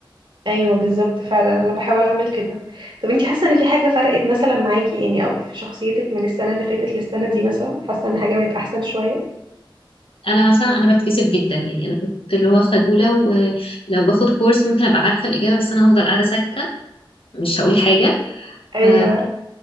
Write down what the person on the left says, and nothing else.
انا مثلا انا بتكسف جدا يعني انا كنت اللي هو خجوله ولو باخد كورس ممكن ابقى عارفه الاجابه بس انا هفضل قاعده ساكته مش هقول حاجه
ف-